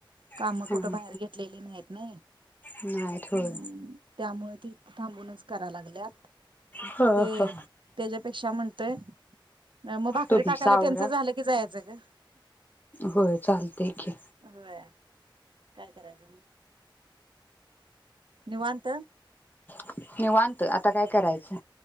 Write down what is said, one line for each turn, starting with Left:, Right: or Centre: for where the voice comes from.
Right: काम
Left: हा
Right: कुठ बाहेर घेतलेली नाहीत ना
Left: नाहीत
Right: अम्
Left: होय
Right: त्यामुळ ती थांबूनच करा लागल्यात
Left: ह
Right: ते
Left: ह
Right: त्याच्यापेक्षा म्हट ते मग भाकरी
Left: तुमचा
Right: टाकायला
Left: आवरा
Right: त्यांचं झालं की जायचं ग
Left: होय चालतंय की
Right: हो. काय करायच म? निवांत
Left: मी निवांत आता काय करायचं?